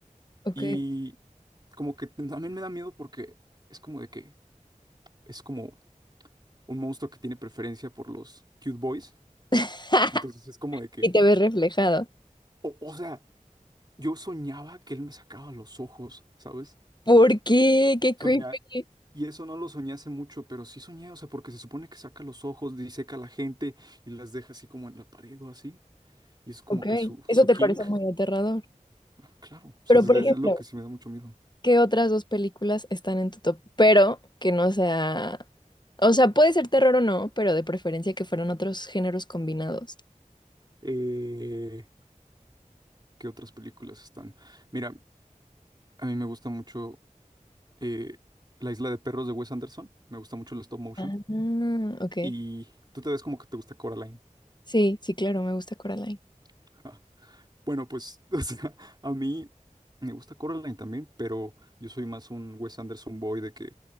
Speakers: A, on the left; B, on the right.
A: Ok.
B: Y como que también me da miedo porque es como de que es como un monstruo que tiene preferencia por los cute boys.
A: <laughs>
B: Entonces es como de que,
A: Y te ves reflejado.
B: o, o sea, yo soñaba que él me sacaba los ojos, ¿sabes?
A: ¿Por qué? Qué
B: Soñaba.
A: creepy.
B: Y eso no lo soñé hace mucho, pero sí soñé, o sea, porque se supone que saca los ojos, diseca a la gente y las deja así como en la pared o así. Y es como
A: Ok,
B: que su,
A: eso
B: su
A: te
B: kink.
A: parece muy aterrador.
B: Ah, claro, o
A: Pero,
B: sea, es,
A: por ejemplo,
B: es lo que sí me da mucho miedo.
A: ¿qué otras dos películas están en tu top? Pero que no sea... O sea, puede ser terror o no, pero de preferencia que fueran otros géneros combinados.
B: Eh, ¿qué otras películas están? Mira, a mí me gusta mucho eh, La Isla de Perros de Wes Anderson. Me gusta mucho el stop motion.
A: Ah, ok.
B: Y tú te ves como que te gusta Coraline.
A: Sí, sí, claro, me gusta Coraline.
B: <laughs> Bueno, pues, <laughs> o sea, a mí me gusta Coraline también, pero yo soy más un Wes Anderson boy de que eh,